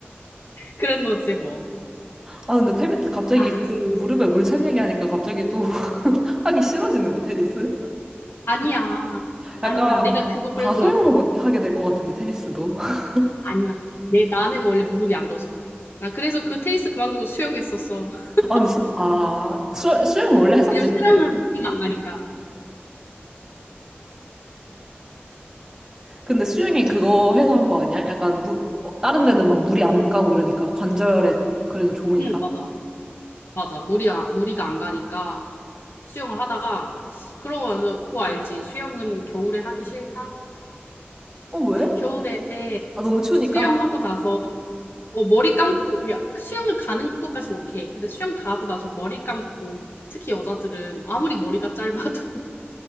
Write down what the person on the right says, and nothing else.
아, 근데 테니스 갑자기
그 무릎에 물 찬 이야기 하니까 갑자기 또 <laughs> 하기 싫어지는데, 테니스?
약간
과사용하고
하게 될 것 같은데, 테니스도. <laughs>
아, 근데 수, 아, 수, 수영은 원래 했었지,
근데.
근데 수영이 그거 해서 한 거 아니야? 약간 물, 어, 다른 데는 막 물이 안 가고 이러니까. 관절에 그래도 좋으니까.
어, 왜?
아, 너무 추우니까.